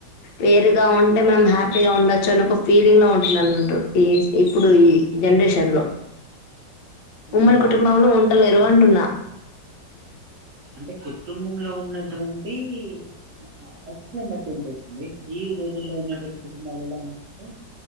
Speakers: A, on the left; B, on the right.
A: వేరుగా ఉంటే మనం హ్యాపీగా ఉండొచ్చు అని ఒక ఫీలింగ్లో ఉంటుంన్నరు అన్నట్టు ఈ ఇప్పుడు ఈ ఈ జనరేషన్లో
B: ఉమ్,
A: ఉమ్మడి
B: వా-
A: కుటుంబంలో ఉంటలేరు అంటున్నా.
B: అంటే కుటుంబంలో ఉన్నటువంటి ఆ పరిస్థితులను బట్టి ఉంటుంది ఈ రోజుల్లో ఉన్నటువం కుటుంబాలల్లా గాని చూస్తే